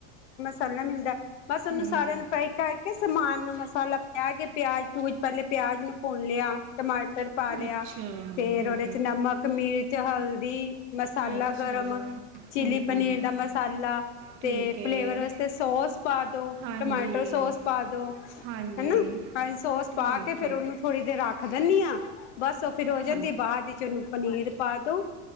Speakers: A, on the left (about 75°); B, on the right (about 40°).
A: ਥੱਲੇ ਮਿਲਦਾ ਬਸ, ਉਹਨੂੰ
B: ਹੂੰ
A: ਸਾਰਿਆਂ ਨੂੰ ਫਰਾਈ ਕਰਕੇ, ਸਮਾਨ ਨੂੰ ਮਸਾਲਾ ਪਾ ਕੇ, ਪਿਆਜ਼-ਪਿਉਜ। ਪਹਿਲੇ ਪਿਆਜ ਨੂੰ ਭੁੰਨ ਲਿਆ। ਟਮਾਟਰ ਪਾ ਲਿਆ,
B: ਅੱਛਾ
A: ਫੇਰ
B: ਹੂੰ
A: ਉਹਦੇ 'ਚ ਨਮਕ, ਮਿਰਚ, ਹਲਦੀ, ਮਸਾਲਾ,
B: ਅੱਛਾ
A: ਗਰਮ, ਚਿੱਲੀ
B: ਹੂੰ
A: ਪਨੀਰ। ਦਾ ਮਸਾਲਾ,
B: ਠੀਕ
A: ਤੇ
B: ਹੈ
A: ਫਲੇਵਰ ਵਾਸਤੇ ਸੌਸ ਪਾ ਦੋ,
B: ਹਾਂਜੀ
A: ਟਮਾਟੋ ਸੌਸ ਪਾ ਦੋ,
B: ਹਾਂਜੀ
A: ਹੈ ਨਾ, ਸੌਸ
B: ਠੀਕ
A: ਪਾ ਕੇ ਫੇਰ
B: ਹੈ
A: ਉਹਨੂੰ ਥੋੜੀ ਦ। ਤੇ ਰੱਖ ਦਿੰਨੀ ਹਾਂ। ਬਸ, ਉਹ ਫਿਰ ਹੋ ਜਾਂਦੀ,
B: ਹਾਂ
A: ਤੇ ਬਾਅਦ ਵਿੱਚ ਉਹਨੂੰ ਪਨੀਰ ਪ। ਪਾ ਦੋ।